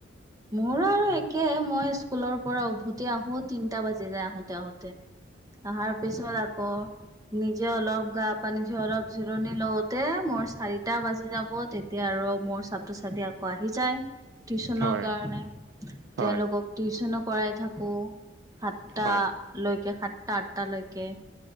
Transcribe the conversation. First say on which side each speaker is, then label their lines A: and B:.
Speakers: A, on the right (about 20°); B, on the right (about 65°).
A: মোৰো আৰু একে, মই স্কুলৰ পৰা উভতি আহো তিনটা বাজি যায় আহোতে আহোতে।
B: <inaudible>
A: আহাৰ পিছত আকৌ নিজে অলপ গা পানী জিৰ অলপ জিৰণি লওতে, মোৰ চাৰিটা বাজি যাব তেতিয়া আৰু মোৰ ছাত্ৰ - ছাত্ৰী আকৌ আহি যায় টিউছনৰ
B: হয়
A: কাৰণে
B: হয়
A: তেওঁলোকক টিউচনো কৰাই থাকো, সাতটা
B: হয়
A: লৈকে সাতটা, আঠটা লৈকে।